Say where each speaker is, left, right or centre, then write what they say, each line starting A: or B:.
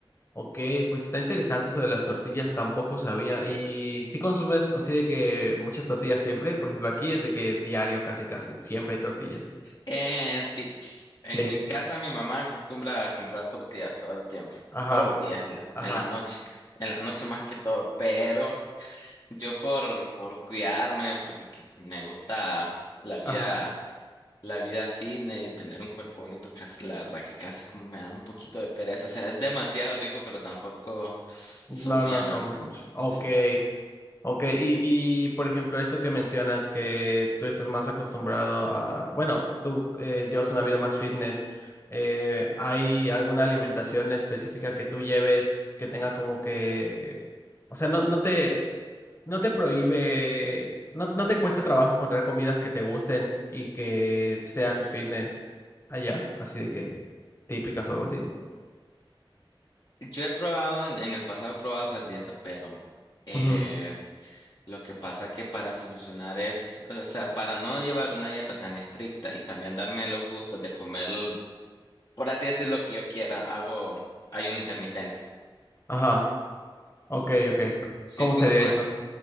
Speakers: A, on the left; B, on the left.
A: Ok, pues está interesante eso de las tortillas, tampoco sabía. ¿Y si consumes así de que muchas tortillas siempre? Por ejemplo, aquí es de que diario casi casi, siempre hay tortillas.
B: Eh, sí, en
A: Sí.
B: mi casa mi mamá acostumbra a comprar tortillas todo el tiempo,
A: Ajá,
B: todos los días, en la,
A: ajá,
B: en la noche, en la noche más que todo, pero yo por, por cuidarme, porque que- me gusta la vida,
A: ajá.
B: la vida fitness y tener un cuerpo bonito, casi, la verdad que casi como me da un poquito de pereza, o sea, es demasiado rico, pero tampoco
A: No,
B: soy muy
A: no
B: amante.
A: comes mucho. Ok,
B: Sí.
A: ok. Y, y por ejemplo, esto que mencionas, que tú estás más acostumbrado a, bueno, tú eh, llevas una vida más fitness. eh, ¿hay alguna alimentación específica que tú lleves que tenga como que, o sea, no, no te no te prohíbe, no, no te cuesta trabajo encontrar comidas que te gusten y que sean fitness allá, así de que típicas o algo así.
B: Yo he probado, en, en el pasado he probado hacer dieta, pero eh,
A: Ujú,
B: lo que pasa que para solucionar es, o sea, para no llevar una dieta tan estricta y también darme los gustos de comer, por así decir, lo que yo quiera, hago ayuno intermitente.
A: Ajá, ok, ok.
B: Sí,
A: ¿Cómo
B: con,
A: sería
B: con
A: eso?